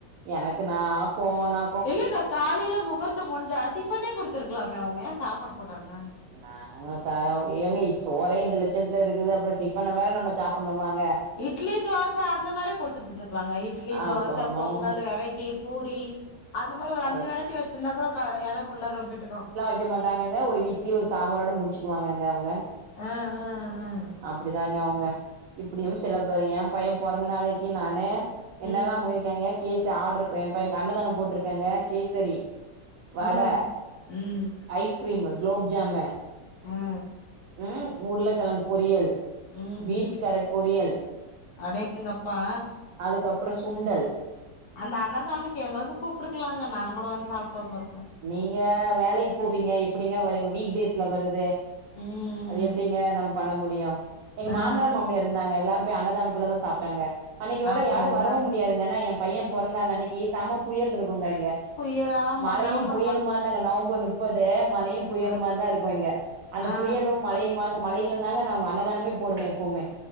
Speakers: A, on the right; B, on the left.
A: எனக்குனா கோவோனா
B: இல்லங்க காலைல முகூர்த்தோ முடுஞ்சா டிஃபனே குடுத்துருக்கலாமே அவுங்க ஏ சாப்பாடு போட்டாங்க
A: நானு ஒ சாயோ ஏங்கய் சோறே இந்த லட்சணத்துல இருக்குது அப்புற டிஃபன வேற நம்ம சாப்ட்ணுமாங்க
B: இட்லி தோச அந்த மாரி குடுத்துட்டு இருந்துக்கலாங்கஇட்லி
A: அப்ப
B: தோச
A: ஒன்னு
B: பொங்கல்
A: ஒன்னு
B: வெரைட்டி பூரி அந்த மாரி ஒரு
A: அது
B: அஞ்சு வெரட்டி வச்சுருந்தா கூட க இல ஃபுல்லா ரொம்பிட்டுக்கு
A: திங்க மாட்டாங்ககங்க ஒரு இட்லி ஒரு சாம்பாரோட முடுச்சுக்குவாங்க அவுங்க
B: அ அ அ
A: அப்டி தாங்க அவுங்க இப்டியு சில பேரு ஏ பையே பொறந்த நாளைக்கு நானு என்னெல்லா
B: ம்
A: பண்ணியிருக்கேங்க கேஸ் ஆடர் எ பையனுக்கு அன்னதானோ போட்டிருக்கேங்க கேசரி வட
B: ஆ ம்
A: ஐஸ்கிரீமு குலோப்ஜாம்மு
B: ஆ
A: ம் உருளகெழங்கு பொரியல்
B: ம்
A: பீன்ஸ் கேரட் பொரியல்
B: அடேங்கப்பா
A: அதுக்கப்றோ சுண்டல்
B: அந்த அன்னதானக்கு எங்களக்கு கூப்ட்டுருக்கலாங்க நாங் கூட வந்து சாப்ட்டு வந்ருப்போ
A: நீங்க வேலைக்கு போவீங்க எப்டிங்க வருவீங வீக் டேஸ்ல வருது
B: ம்
A: அது எப்டிங்க நம்ம பண்ண முடியு எங்க
B: ஆ
A: மாமனார் மாமியார் இருந்தாங்க எல்லார் போய் அன்னதானத்ல தா சாப்ட்டாங்க அன்னைக்கு வர
B: அப்டிங்களா
A: வேற யாரு வர முடியாதுங்க ஆனா ஏ பையே பொறந்த நாள் அன்னைக்கு சம்ம புயல் இருக்குங்க இங்க
B: புயலா ஆம்மா
A: மழையு
B: நா மா
A: புயலுமாந்தாங்க நவம்பர் முப்பது மலையும் புயலுமா
B: ஆ
A: தா இருக்கு இங்க அந்த
B: ஆ
A: புயலு மழையுமா மழையில தாங்க நா அன்னதானமே போடுவே எப்போமே